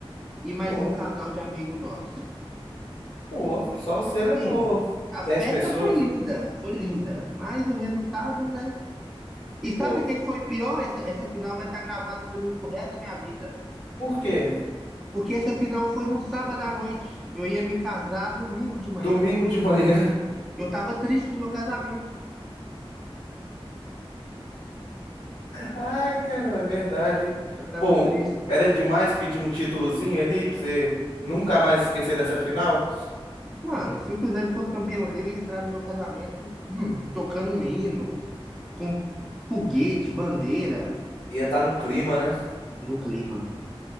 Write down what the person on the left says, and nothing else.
Pô,
pô, só você levou
10
pessoas?
Pô,
por quê?
Domingo de manhã
Ai, caramba, é verdade, hein?
Pô,
era demais pedir um títulozinho ali pra você nunca mais esquecer dessa final?
Ia estar no clima, né?